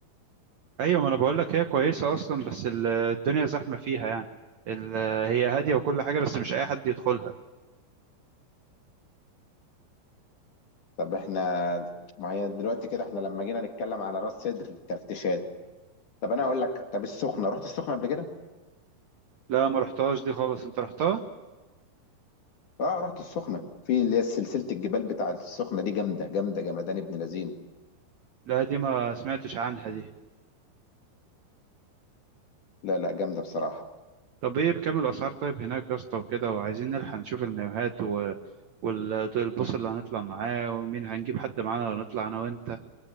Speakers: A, on the right; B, on the left.
A: ايوه ما انا بقول لك هي كويسه اصلا بس ال- الدنيا زحمه فيها يعني ال- هي هاديه وكل حاجه بس مش اي حد يدخلها
B: طب احنا ما هي دلوقتي كده احنا لما جينا نتكلم على راس سدر التفتيشات طب انا اقول لك طب السخنه رحت السخنه قبل كده
A: لا ما رحتهاش دي خالص انت رحتها
B: اه رحت السخنه في اللي هي سلسله الجبال بتاعه السخنه دي جامده جامده جمدان ابن لذين
A: لا دي ما سمعتش عنها دي
B: لا لا جامده بصراحه
A: طب ايه بكام الاسعار طيب هناك يا اسطى وكده وعايزين نلحق نشوف المايوهات و... والبص اللي هنطلع معاه ومين هنجيب حد معانا ولا نطلع انا وانت